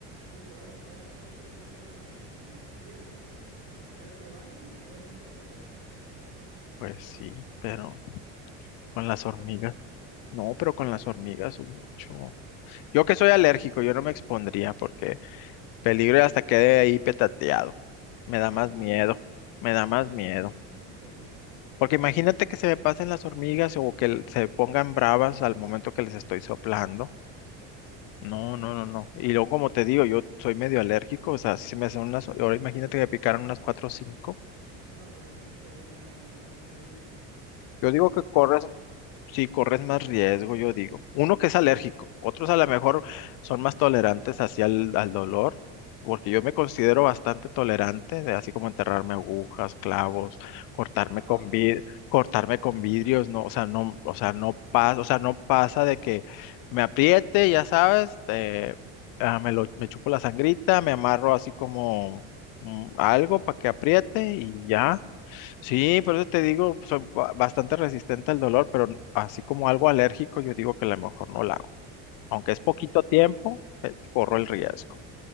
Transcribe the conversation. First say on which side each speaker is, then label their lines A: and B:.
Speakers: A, on the right; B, on the left.
A: y te vas a quedar 8 horas metido en la, en la tierra y ya te bañas y te duermes otra vez.
B: Pues sí, pero con las
A: No es
B: hormigas.
A: bastante.
B: No, pero con las hormigas es mucho. Yo que soy alérgico, yo no me expondría porque peligro y hasta quede ahí petateado. Me da
A: Pues
B: más
A: sí,
B: miedo, me da
A: sí,
B: más
A: eso,
B: miedo.
A: es- eso sí.
B: Porque imagínate que se me pasen las hormigas o que se pongan bravas al momento que les estoy soplando. No, no, no, no. Y luego, como te digo, yo soy medio alérgico, o sea, si se me hacen unas, ahora imagínate que me picaron unas cuatro o cinco.
A: No, pues sí, sí estaría muy, muy,
B: Yo digo
A: este,
B: que corres
A: muy loco.
B: Sí, corres más riesgo, yo digo. Uno que es alérgico, otros a lo mejor son más tolerantes hacia el, al dolor, porque yo me considero bastante tolerante, de así como enterrarme agujas, clavos, cortarme
A: A
B: con
A: la
B: vid-
A: onda.
B: cortarme con vidrios, no, o sea, no, o sea, no pasa, o sea, no pasa de que me apriete, ya sabes, eh, ah, me lo, me chupo la sangrita, me amarro así como mm, algo para que apriete y ya. Sí, por eso te digo, soy ba- bastante resistente al dolor, pero n- así como algo alérgico, yo digo que a lo mejor no la hago. Aunque es
A: Sí,
B: poquito
A: no.
B: tiempo, eh, corro el riesgo.